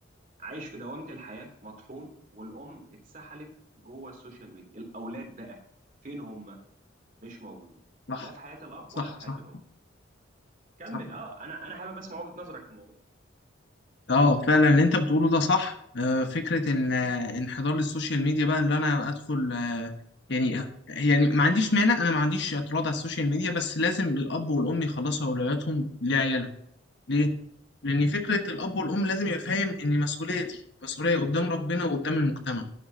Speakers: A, on the right; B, on the left.
A: عايش في دوامة الحياة مطحون والأم اتسحلت جوه السوشيال ميديا الأولاد بقى فين هم مش موجودين
B: صح
A: لا في حياة الأب
B: صح
A: ولا في حياة
B: صح
A: الأم كمل
B: صح
A: اه انا انا حابب اسمع وجهة نظرك في الموضوع
B: اه فعلا اللي انت بتقوله ده صح آه، فكرة الانحدار للسوشيال ميديا بقى اللي انا ادخل آه، يعني يعني ما عنديش مانع انا ما عنديش اعتراض على السوشيال ميديا بس لازم الاب والام يخلصوا اولوياتهم لعيالهم ليه؟ لأن فكرة الأب والأم لازم يبقى فاهم إن المسؤولية دي مسؤولية قدام ربنا وقدام المجتمع،